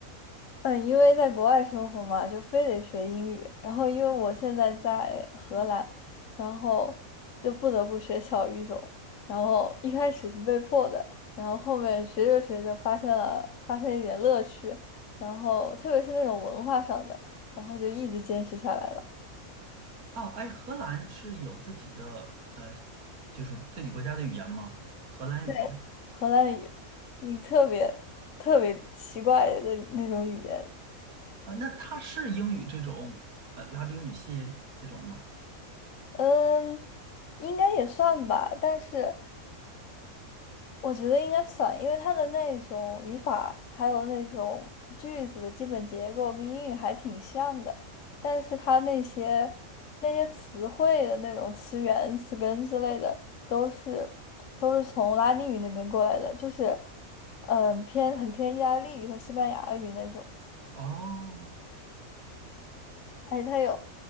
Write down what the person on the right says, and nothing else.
哦，哎，荷兰是有自己的呃，就是自己国家的语言吗？荷兰语？
呃，那它是英语这种呃拉丁语系这种吗？
哦，